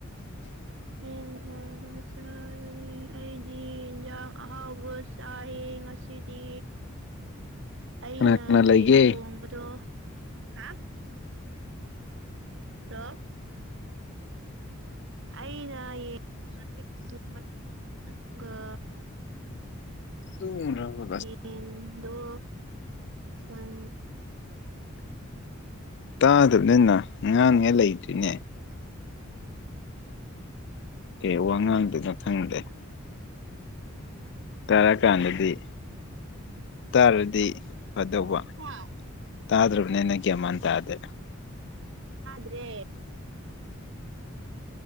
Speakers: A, on the right; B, on the left.
A: <unintelligible> ꯌꯦꯟ ꯊꯣꯡꯕ ꯆꯥꯒꯅꯤ ꯑꯩꯗꯤ ꯏꯟꯖꯥꯡ ꯑꯍꯥꯎꯕꯥ ꯆꯥꯏꯑꯦ ꯉꯁꯤꯗꯤ ꯑꯩꯅ
B: ꯀꯅꯥ ꯀꯅꯥ ꯂꯩꯒꯦ
A: ꯌꯦꯟ ꯊꯣꯡꯕꯗꯣ ꯍꯥ ꯍꯜꯂꯣ ꯑꯩꯅ ꯌꯦꯡ <unintelligible> ꯊꯣꯡ ꯃ <unintelligible> ꯑꯗꯨꯒ
B: ꯇꯨꯡꯗ꯭ꯔꯕ
A: ꯌꯦꯟꯗꯣ ꯅꯪ
B: ꯇꯥꯗꯕꯅꯦꯅ ꯉꯥꯡꯅꯤꯉꯥꯏ ꯂꯩꯇ꯭ꯔꯤꯅꯦ ꯀꯩ ꯋꯥ ꯉꯥꯡꯗꯣꯅꯣ ꯈꯪꯗꯦ
A: <inaudible>
B: ꯇꯥꯔꯀꯥꯟꯗꯗꯤ ꯇꯥꯔꯗꯤ ꯐꯗꯧꯕ
A: ꯍꯥ
B: ꯇꯥꯗ꯭ꯔꯕꯅꯦꯅ ꯒ꯭ꯌꯥꯟꯃꯥꯟ ꯇꯥꯗꯦ
A: ꯇꯥꯗ꯭ꯔꯦ